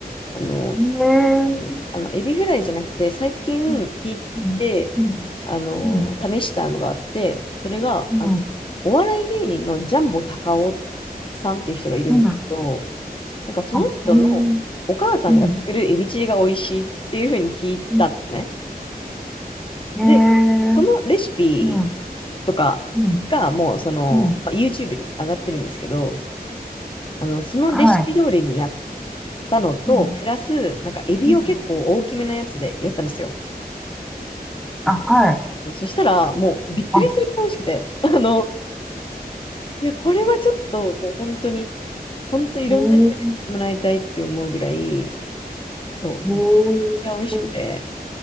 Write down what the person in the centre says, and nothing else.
へええ
ー。
うんうんうん
うん
う
んうん
あ、ええー。うんうんへえー。
うん
うんうん
はい。
うん
うんあ、はい。
あ、
へえー。
へえー、
う